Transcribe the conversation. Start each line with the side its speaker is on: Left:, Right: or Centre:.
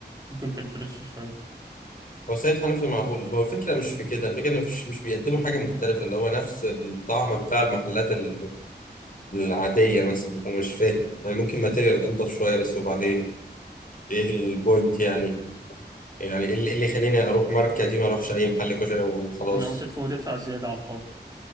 Right: ممكن كان فريش شوية
Left: هو سيد حنفي معقول هو الفكره مش في كده الفكره انه مش مش بيقدموا حاجه مختلفه اللي هو نفس الطعم بتاع المحلات ال- العاديه مثلا انا مش فاهم يعني ممكن ماتيريال انضف شويه بس وبعدين ايه البوينت يعني يعني ايه اللي إيه اللي يخليني اروح ماركه دي ما اروحش اي محل كشري وخلاص
Right: أو تدفع وتدفع زيادة على الفاضي